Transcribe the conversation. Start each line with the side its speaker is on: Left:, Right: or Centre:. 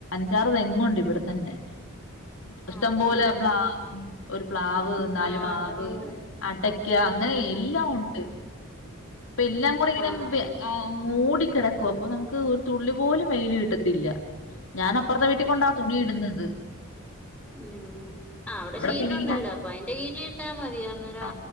Left: ഞ്ചാറ് തെങ്ങുണ്ട് ഇവിടെത്തന്നെ ഇഷ്ടം
Centre: ആഹ്
Left: പോലെ
Centre: ആഹ്
Left: പ്ലാവ് ഒരു പ്ലാവ് നാല്
Centre: ആഹ്
Left: മാവ്
Centre: അതുകൊണ്ട്
Left: അടക്ക അങ്ങനെ
Centre: ആഹ്
Left: എല്ലാം ഉണ്ട് അപ്പ എല്ലാം കൂടെ ഇങ്ങനെ
Centre: ആഹ്
Left: മൂടിക്കിടക്കും അപ്പൊ നമുക്ക് ഒരു തുള്ളി പോലും വെയില് കിട്ടത്തില്ല ഞാൻ അപ്പുറത്തെ വീട്ടിക്കൊണ്ടാ തുണി ഇടുന്നത്
Centre: ഉ ആ അവിടെ ഷീറ്റുണ്ടല്ലോ
Left: പിന്നെ ഇങ്ങനെ
Centre: അപ്പൊ അതിന്റെ കീഴിട്ടാ മതി അന്നരാ
Left: ആ